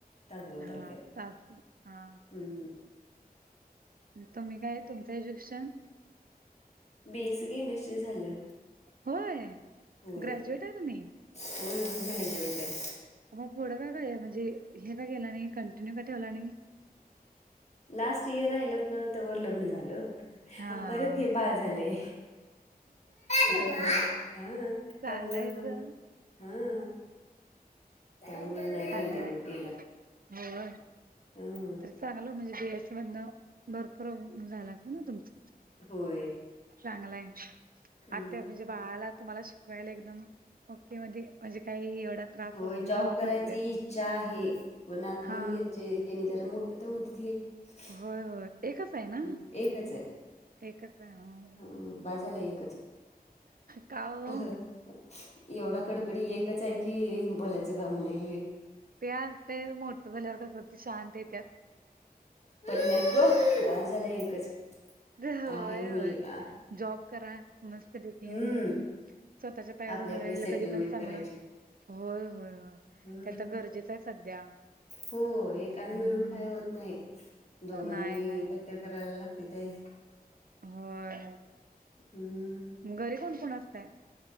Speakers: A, on the left; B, on the right.
A: तासगाव तालुक्यात
B: हा तास हा
A: हम्म.
B: तुम्ही काय तुमचं एज्युकेशन
A: बीएसी केमिस्ट्री झाल्या.
B: होय
A: होय
B: ग्रॅज्युएट
A: होय
B: आहे तुम्ही
A: हो राहिज भेटय.
B: मग पुढं का काय म्हणजे हे का केला नाही कंटिन्यू का ठेवला नाही
A: लास्ट इयर राहिलं होत त्यावर लग्न झालं
B: हा
A: परत हे बाळ झाले ु हा
B: चालायचं
A: त्यामुळे मग हा त्यामुळे नाही
B: चांगलंय
A: कंटिन्यू केलं
B: होय
A: हम
B: तर चांगलं म्हणजे बीस ब भरपूर झाला अस ना तुमच
A: होय.
B: चांगलाय
A: हम्म.
B: आता म्हणजे बाळाला तुम्हाला शिकवायला एकदम ओके म्हणजे काही एवढा त्रास
A: हो
B: होत न
A: जॉब
B: होत
A: करायच
B: नसेल
A: इच्छा आहे पण आतूनची
B: हा
A: यांचे हे की न जरा मोठ तर होती त
B: होय होय एकच आहे ना
A: ह एकच आहे
B: एकच आहे हो
A: ह बाजाला एकच
B: का हो
A: अ एवढा कडकडी एक त्याच आहे की बोलायचं काम नाही
B: ते ते मोठ झाल्या शांत येते
A: पण्याक बाार झाला एकच
B: होय
A: आहे मुलगा
B: होय जॉब करा मस्त भेटेल
A: हम्म
B: स्वतःच्या पायावर
A: आपले
B: उभं
A: आपले
B: राहिलं
A: सेटलमेंट
B: कधी पण चांगलं
A: करायची.
B: होय होय होय
A: हम्म
B: ते आता गरजेचं आहे सध्या
A: हो एकाना
B: हम्म
A: मिळून काय होत नाही दोघांनी
B: नाही नाही
A: र करायला लागते ते
B: हो
A: हम्म
B: घरी कोण कोण असतय